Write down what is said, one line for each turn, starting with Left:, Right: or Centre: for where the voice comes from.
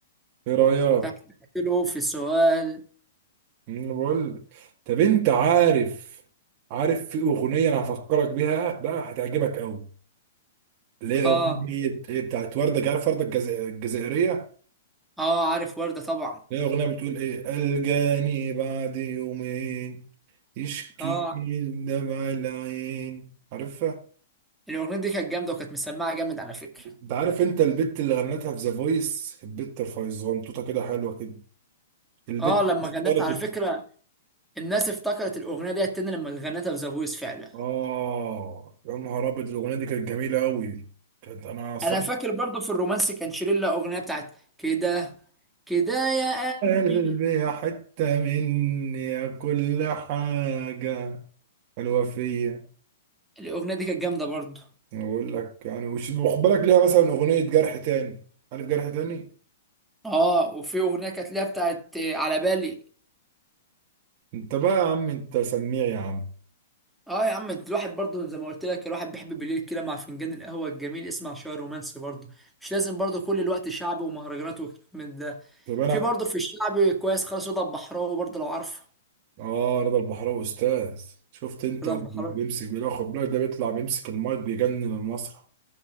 Right: ايه رايك
Centre: تحت له في سؤال
Right: أنا بقول لك. طب انت عارف عارف في اغنيه انا هفكرك بيها بقى هتعجبك قوي اللي هي
Centre: اه
Right: اغنيه ايه بتاعت ورده عارف ورده الجزائريه
Centre: اه عارف وردة طبعا
Right: هي أغنية بتقول إيه ألقاني بعد يومين يشكي
Centre: اه
Right: دمع العين عارفها؟
Centre: الاغنية دي كانت جامدة وكانت مسمعة جامد على فكرة
Right: أنت عارف أنت البت اللي غنتها في ذا فويس البت فايزان توتة كده حلوة كده البت
Centre: اه لما
Right: اختارت
Centre: غنتها على فكرة الناس افتكرت الاغنية دي تاني لما غنتها في ذا فويس فعلا
Right: آه يا نهار أبيض الأغنية دي كانت جميلة أوي كانت أنا صدق
Centre: انا فاكر برضو في الرومانسي كان شيرين لها اغنية بتاعت كده كده يا قلبي
Right: قلبي حتة مني يا كل حاجة حلوة فيا
Centre: الاغنية دي كانت جامدة برضو
Right: أقول لك يعني وش- وخد بالك ليها مثلا أغنية جرح تاني عارف جرح تاني؟
Centre: اه وفي اغنية كانت لها بتاعت آه، على بالي
Right: انت بقى يا عم انت سميع يا عم
Centre: اه يا عم الواحد برضه زي ما قلت لك الواحد بيحب بالليل كده مع فنجان القهوه الجميل يسمع شويه رومانسي برضه مش لازم برضه كل الوقت شعبي ومهرجانات وكلام من ده
Right: طب انا
Centre: في برضه في الشعبي كويس خالص رضا البحراوي برضه لو عارفه
Right: اه رضا البحراوي استاذ شفت انت
Centre: رضا
Right: بيمسك
Centre: البحراوي
Right: بياخد بالك ده بيطلع بيمسك المايك بيجنن المسرح